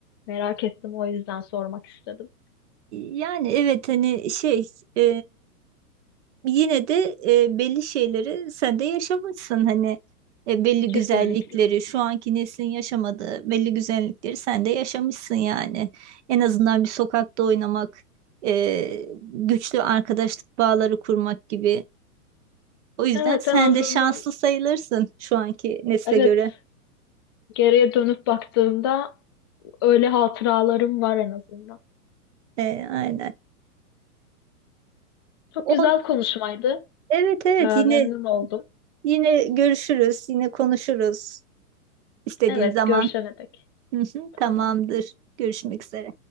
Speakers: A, on the left; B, on the right.
A: Merak ettim o yüzden sormak istedim.
B: Yani evet hani şey e, yine de e, belli şeyleri sen de yaşamışsın hani e, belli
A: Kesinlikle.
B: güzellikleri şu anki neslin yaşamadığı belli güzellikleri sen de yaşamışsın yani en azından bir sokakta oynamak e, güçlü arkadaşlık bağları kurmak gibi o yüzden
A: Evet
B: sen
A: en azından
B: de şanslı sayılırsın şu anki nesle
A: evet
B: göre
A: geriye dönüp baktığımda öyle hatıralarım var en azından.
B: E, aynen
A: Çok
B: o
A: güzel konuşmaydı.
B: evet evet
A: Ee, memnun
B: yine
A: oldum.
B: yine görüşürüz yine konuşuruz istediğin
A: Evet
B: zaman
A: görüşene dek.
B: Hı hı, tamamdır
A: Tamam.
B: görüşmek üzere